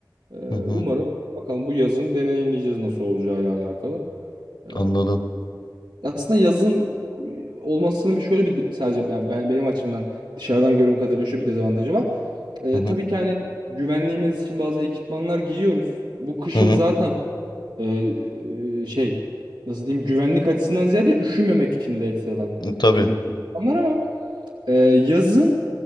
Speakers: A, on the right; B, on the left.
A: Ee,
B: Hı hı.
A: umarım bakalım bu yazın deneyimleyeceğiz nasıl olacağıyla alakalı. Ee,
B: Anladım.
A: aslında yazın olmasının bir şöyle bir sadece ben, ben- benim açımdan dışarıdan gördüğüm kadarıyla şu bir dezavantajı var. Ee,
B: Hı hı.
A: tabii ki hani güvenliğimiz için bazı ekipmanlar giyiyoruz. Bu kışın
B: Hı hı.
A: zaten e, e, şey nasıl diyeyim güvenlik açısından ziyade üşümemek için de ekstradan
B: E, Tabii.
A: giydiğimiz ekipmanlar ama e, yazın